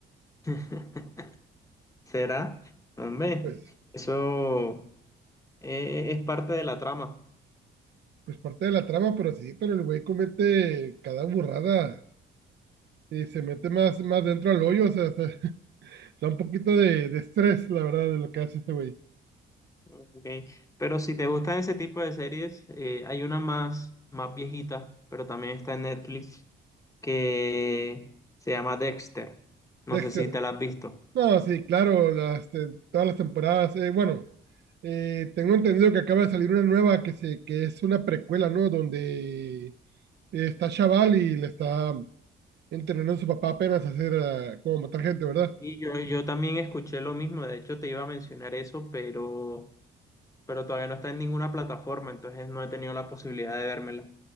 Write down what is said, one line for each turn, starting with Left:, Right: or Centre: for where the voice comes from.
Left: <laughs> ¿Será? Hombre,
Right: Pues,
Left: eso eh, es parte de la trama.
Right: pues parte de la trama, pero sí, pero el güey comete cada burrada. Y se mete más, más dentro al hoyo, o sea, <laughs> da un poquito de, de estrés, la verdad, de lo que hace este güey.
Left: Ok, Pero si te gustan ese tipo de series, eh, hay una más, más viejita, pero también está en Netflix, que se llama Dexter. No
Right: Dexter.
Left: sé si te la has visto.
Right: No, sí, claro, las, eh, todas las temporadas. eh, bueno, eh, tengo entendido que acaba de salir una nueva que, se, que es una precuela, ¿no? Donde eh, está Chaval y le está entrenando a su papá apenas a hacer, ah, como matar gente, ¿verdad?
Left: Y yo, yo también escuché lo mismo, de hecho te iba a mencionar eso, pero, pero todavía no está en ninguna plataforma, entonces no he tenido la posibilidad de vérmela.